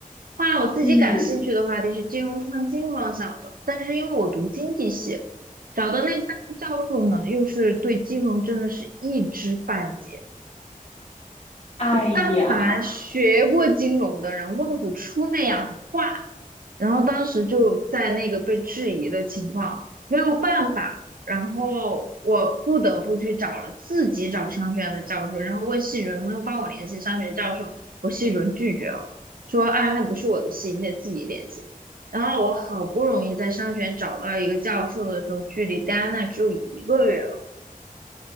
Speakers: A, on the right; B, on the left.
A: 后来我自己感兴趣的话题是金融创新方向的，
B: 嗯
A: 但是因为我读经济系，找的那三个教授呢，又是对金融真的是一知半解，
B: 哎呀，
A: 就但凡学过金融的人问不出那样的话。然后当时就在那个被质疑的情况，没有办法，然后我不得不去找了自己找商学院的教授，然后问系主任能不能帮我联系商学院教授，我系主任拒绝了，说啊那不是我的系，你得自己联系。然后我好不容易在商学院找到一个教授的时候，距离戴安娜只有一个月了。